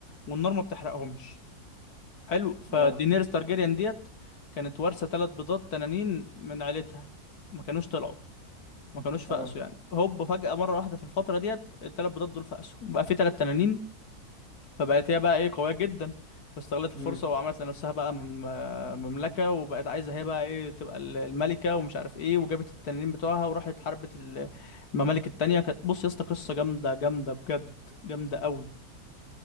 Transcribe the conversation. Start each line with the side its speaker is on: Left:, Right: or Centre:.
Left: والنار ما بتحرقهمش حلو فدينيرس
Right: اه
Left: تارجيريان ديت كانت وارثة ثلاث بيضات تنانين من عيلتها ما كانوش طلعوا ما كانوش فقسوا
Right: اه
Left: يعني هوب فجأة مرة واحدة في الفترة ديت الثلاث بيضات دول فقسوا بقى في ثلاث تنانين فبقت هي بقى ايه قوية جدا واستغلت الفرصة
Right: امم
Left: وعملت لنفسها بقى مم- آه، مملكة وبقت عايزة هي بقى ايه تبقى ال- الملكة ومش عارف ايه وجابت التنانين بتوعها وراحت حاربت ال- الممالك التانية كانت- بص يا اسطى قصة جامدة جامدة بجد جامدة قوي